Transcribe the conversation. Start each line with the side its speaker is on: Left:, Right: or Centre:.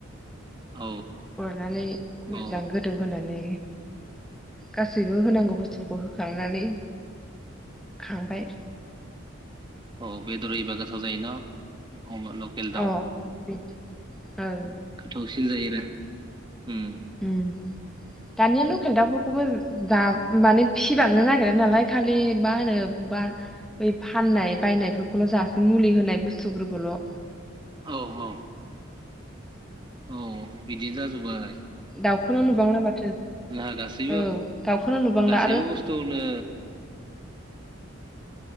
Right: औ
Centre: उरनानै मोजां
Right: औ
Centre: गोदौ होनानै गासैबो होनांगौ बुस्थुफोरखौ होखांनानै खांबाय
Right: औ बेदर एबा गोथाव जायो ना अ लकेल दाउ
Centre: अ बि ओं
Right: गोथावसिन जायो आरो उम्म।
Centre: उम्म दानिया लकेल दाउफोरखौबो दा माने फिसिबांनो नागिरा नालाय खालि मा होनो बा बै फाननाय बायनायफोरखौल' जासै मुलि होनाय बुस्थुफोरखौल'।
Right: औ औ। औ बिदिनो जाजोबबाय।
Centre: दाउखौनो नुबांला माथो।
Right: ना गासैबो
Centre: औ दाउखौनो नुबांला
Right: गासैबो
Centre: आरो
Right: बुस्थुखौनो